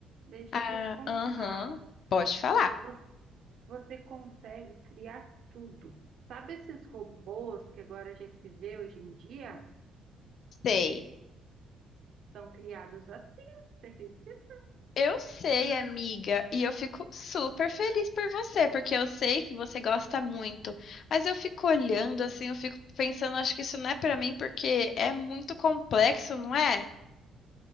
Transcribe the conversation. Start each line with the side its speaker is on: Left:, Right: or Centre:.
Right: Deixa
Left: Ah,
Right: eu te contar.
Left: aham, pode falar.
Right: Vo- Você consegue criar tudo. Sabe esses robôs que agora a gente vê hoje em dia?
Left: Sei.
Right: São criados assim, você acredita?
Left: Eu sei, amiga, e eu fico super feliz por você, porque eu sei que você gosta muito. Mas eu fico olhando assim, eu fico pensando, acho que isso não é pra mim porque é muito complexo, não é?